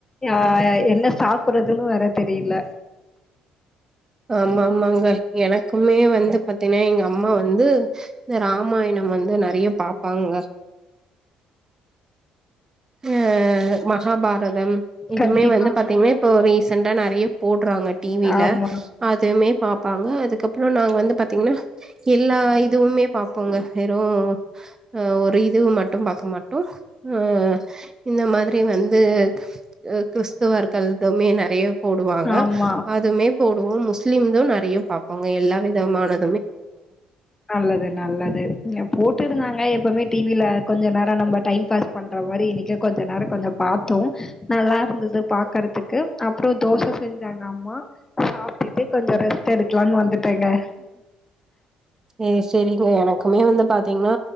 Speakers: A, on the left; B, on the right.
A: ஆ.. என்ன சாப்டுறதுன்னு வேற தெரில
B: <inaudible> ஆமா ஆமாங்க எனக்குமே வந்து பாத்தீனா எங்க அம்மா வந்து இந்த ராமாயணம் வந்து து நெறய பாப்பாங்க ஹ் அ மகாபாரதம் இதுமே
A: கண்டிப்பா
B: வந்து பாத்தீங்னா இப்போ ரீசண்டா நெறைய போட்றாங்க டிவில
A: ஆமா
B: அதுமே பாப்பாங்க அதுக்கப்றோ நாங்க வந்து பாத்தீங்னா எல்லா இதுவுமே பாப்போங்க ஹே ரோ ஓ அ ஒரு இது மட் டு பாக்க மாட்டோ ம் இந்த மாதிரி வந்து அ கிறிஸ்துவர்கள்துமே நெறைய போடுவாங்க
A: ஆமா
B: அதுமே போ ரோ முஸ்லிம் து நெறைய பாப்போங்க எல்லா விதமான
A: நல்லது நல்லது போட்டுருந்தாங்க எப்பமே டிவில கொஞ்ச நேர நம்ப டைம் பாஸ் பண்ற மாரி இன்னிக்கு கொஞ்ச நேரோ கொஞ்ச பாத்தோ நல்லாருந்து து பாக்கறதுக்கு அப்றோ தோச செஞ்சாங்க அம்மா சாப்ட்டுட்டு கொஞ்ச ரெஸ்ட் எடுக்கலான் வந் துட்டங்கே
B: ஏ செரிங்க எனக்குமே வந்து பாத்தீங்னா